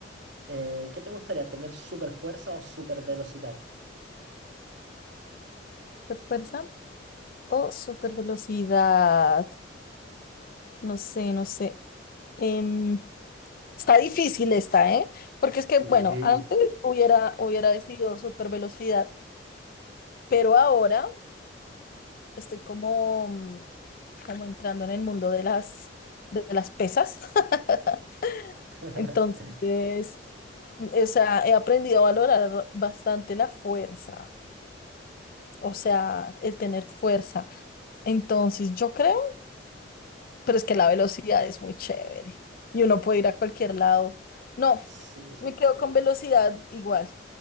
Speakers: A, on the right (about 70°); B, on the left (about 50°).
A: eh, ¿qué te gustaría tener? ¿Super fuerza o super velocidad?
B: ¿Super fuerza o super velocidad? No sé, no sé. Em, está difícil esta, ¿eh? Porque es que,
A: Sí.
B: bueno, antes hubiera, hubiera decidido super velocidad, pero ahora estoy como, mm, como entrando en el mundo de las, de las pesas. <laughs>
A: <laughs>
B: Entonces, O sea, he aprendido a valorar bastante la fuerza, o sea, el tener fuerza. Entonces, yo creo, pero es que la velocidad es muy chévere y uno puede ir a cualquier lado. No,
A: Sí.
B: me quedo con velocidad igual.